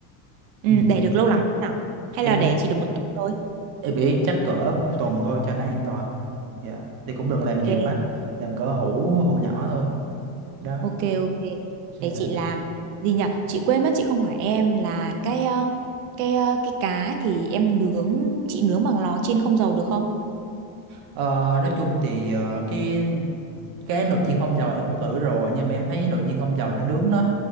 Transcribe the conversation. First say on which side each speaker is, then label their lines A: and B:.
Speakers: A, on the right (about 75°); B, on the right (about 45°).
A: Ừ,
B: Ừ.
A: để được lâu lắm không nào? Hay
B: Em
A: là để chỉ được một tuần thôi?
B: em nghĩ chắc cỡ một tuần thôi cho nó an toàn dạ thì cũng đừng làm nhiều
A: Ok.
B: quá làm cỡ hũ hũ nhỏ thôi đó
A: Ok ok để
B: dạ
A: chị làm gì nhỉ chị quên mất chị không hỏi em là cái ờ, cái ờ, cái cá thì em nướng chị nướng bằng lò chiên không dầu được không
B: Ờ, nói chung thì ờ, cái cái nồi chiên không dầu em cũng thử rồi nhưng mà em thấy nồi chiên không dầu nó nướng nó